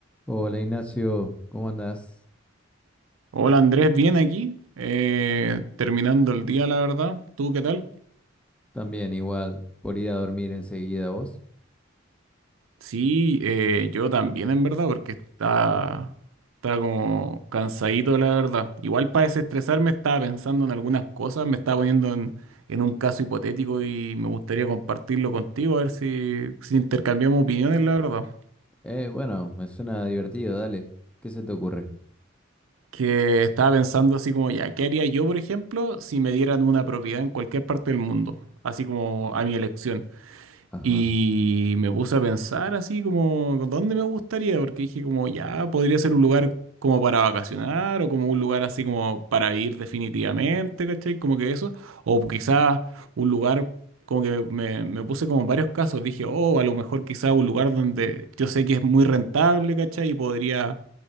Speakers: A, in the centre; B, on the right.
A: Hola Ignacio, ¿cómo andás?
B: Hola Andrés, bien aquí, eh, terminando el día, la verdad. ¿Tú qué tal?
A: También igual, por ir a dormir enseguida vos.
B: Sí, eh, yo también en verdad, porque está, está como cansadito, la verdad. Igual para desestresarme estaba pensando en algunas cosas, me estaba poniendo en, en un caso hipotético y me gustaría compartirlo contigo, a ver si, si intercambiamos opiniones, la verdad.
A: Eh, bueno, me suena divertido, dale. ¿Qué se te ocurre?
B: Que estaba pensando así como, ya, ¿qué haría yo, por ejemplo, si me dieran una propiedad en cualquier parte del mundo? Así como a mi elección.
A: Ajá.
B: Y me puse a pensar así como, ¿dónde me gustaría? Porque dije como, ya, podría ser un lugar como para vacacionar o como un lugar así como para vivir definitivamente, ¿cachai? Como que eso. O quizás un lugar, como que me, me puse como en varios casos. Dije, oh, a lo mejor quizás un lugar donde yo sé que es muy rentable, ¿cachai? Y podría